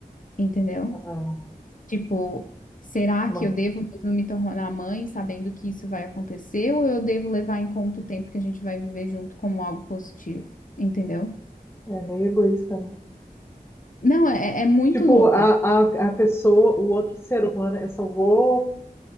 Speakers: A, on the left; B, on the left.
A: entendeu?
B: Aham.
A: Tipo, será
B: Bom,
A: que eu devo mesmo me tornar mãe sabendo que isso vai acontecer, ou eu devo levar em conta o tempo que a gente vai viver junto como algo positivo, entendeu?
B: é meio egoísta, né?
A: Não, é, é muito
B: Tipo,
A: louco.
B: a, a, a pessoa, o outro ser humano, eu só vou